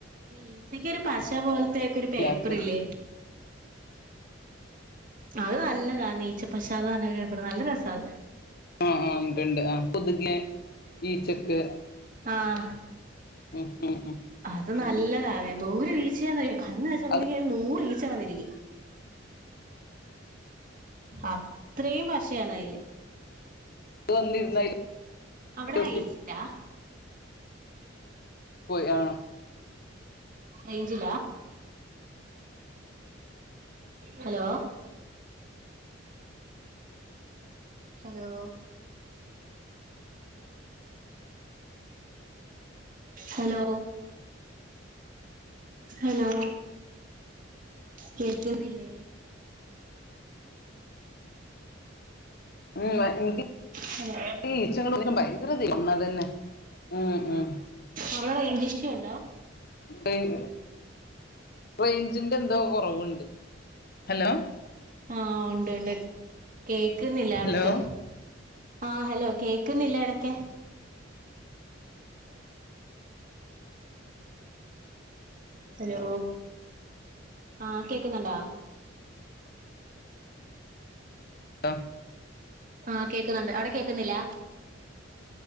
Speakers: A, on the right; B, on the left.
A: ഈച്ചക്കൊ ഒരു പശ പോലത്തക്ക ഒരു
B: ഇല്ലാത്ത
A: പേപ്പറ ഇല്ലേ അത് നല്ലതാണ് നീഈച്ചപ്പശപറഞ്ഞ പേപ്പർ നല്ല രസാ
B: ആഹ് ആഹ് ഉണ്ട് ണ്ട് ണ്ട് ആ കൊതുക് ഈച്ചക്ക്
A: ആഹ്
B: ഉം ഉം
A: അത് നല്ലതാണ് എന്തോ ഒരു ഈ ച്ചചയന്നറിയ കന്ന് വെച്ചത്തേക്ക
B: അത്
A: ഒരു നൂറ് ഈ ച വന്നിരിക്കും അത്രയും പശയാണ് അയില്
B: വന്നിരുന്ന അതിൽ
A: അവിടെ റേഞ്ച്
B: ഒട്ടിപ്പോയി
A: ഇലാ
B: പോയി ആ
A: റേഞ്ചിലാ ഹലോ ഹലോ ഹലോ ഹലോ കേൾക്കുന്നില്ലേ
B: ഉം ഇൻക്ക്
A: ഹലോ
B: ഈച്ച ഒ ഭയങ്കര ഒന്ന തന്നെ ഉം
A: അവടെ റൈഞ്ചിഷുണ്ടോ
B: റെയ് റെയ്ഞ്ചിന്റെ എന്തോ കൊറവു ണ്ട് ഹലോ
A: ആഹ് ഉണ്ട് ണ്ട് കേക്കുന്നില്ല
B: ഹലോ
A: എടക് ആഹ് ഹലോ കേക്കുന്നില്ല എടക് ഹലോ ആഹ് കേക്കുന്നുണ്ടാ
B: ലോ
A: ആഹ് കേക്കുന്നുണ്ട് അവടെ കേക്കുന്നില്ല